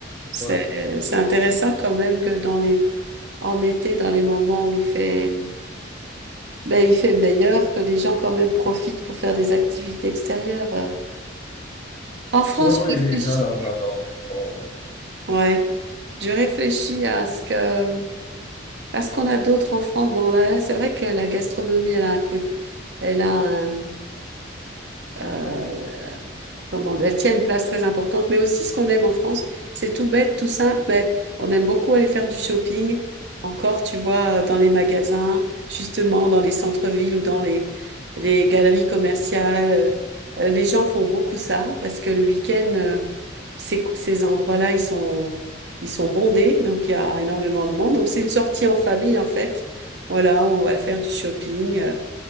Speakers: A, on the right; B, on the left.
A: c'est
B: ouais.
A: euh, c'est intéressant quand même que dans les en été, dans les moments où il fait ben, il fait meilleur, que les gens quand même profitent pour faire des activités extérieures. euh. En France,
B: Oui, oui,
A: je réfléchis.
B: les gens en adorent le sport. oui.
A: Ouais, je réfléchis à ce que à ce qu'on a d'autre en France. Bon là, là, c'est vrai que la gastronomie, elle a un côté, elle a un euh, comment, elle tient une place très importante. Mais aussi, ce qu'on aime en France, c'est tout bête, tout simple, mais on aime beaucoup aller faire du shopping. Encore, tu vois, dans les magasins, justement, dans les centres-villes ou dans les, les galeries commerciales. Euh, les gens font beaucoup ça parce que le week-end, euh, ces, ces endroits-là, ils sont, ils sont bondés, donc il y a énormément de monde. Donc, c'est une sortie en famille, en fait. Voilà, on va faire du shopping, euh,